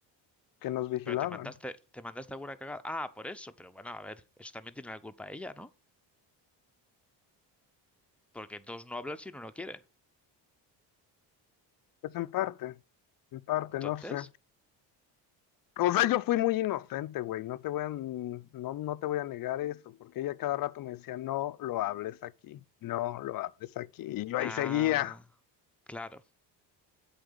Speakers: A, on the left (about 45°); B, in the centre.
A: que nos vigilaban.
B: pero te mandaste, te mandaste alguna cagada. Ah, por eso, pero bueno, a ver, eso también tiene la culpa ella, ¿no? Porque dos no hablan si uno no quiere.
A: Pues en parte. En parte,
B: Entonces.
A: no sé. O sea, yo fui muy inocente, güey, no te voy a, no, no te voy a negar eso, porque ella cada rato me decía, no lo hables aquí, no lo hables aquí, y yo ahí
B: Ah,
A: seguía.
B: claro,